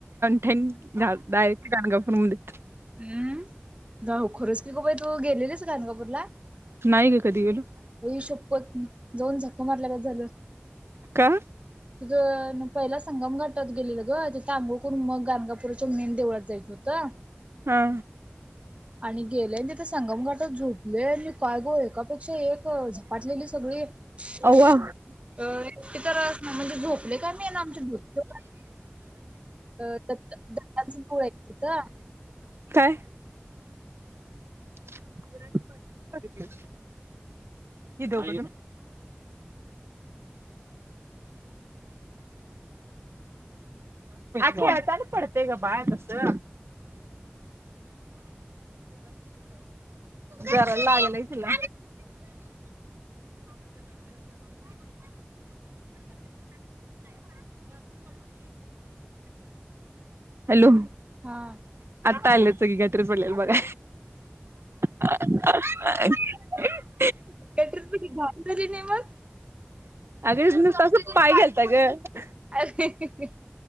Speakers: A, on the right; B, on the right.
A: ठन <inaudible> य काग <inaudible> आणिमध्ये <inaudible> <unintelligible>
B: हम्म. जाऊ खरंच की ग बाई तू गेलेलीस गाणगापूरला-
A: नाही ग कधी गेलू.
B: आई शप्पथ जाऊन झकं मारल्यागत झालं.
A: का
B: तुझ न. पहिला संगम घाटात गेलेलं ग तिथ अंगोळ करून मग गाणगापुराच्या मेन देवळात जायचं होतं.
A: हा
B: आणि गेलय आणि तिथ संगम घाटत झोपलय आणि काय ग एकापेक्षा एक झपाटलेली सगळी अ..
A: अव्वा
B: तिथ म्हज दःख <unintelligible> का मी आहे ना आमच्याकड. अ दत्ांच गळायच का?
A: काय? <unintelligible> हि दोघ. खेळता पडत ग बाळ तसं, जरा लागलय तिला. हॅलो.
B: हा.
A: तायलेत सगळीकड. पडलेल बघा हं हं हं अ ए ए.
B: कटरपती घाम झाली नाही मग.
A: अगरच न तसं पाय घालताय ग.
B: अरे म्हणजे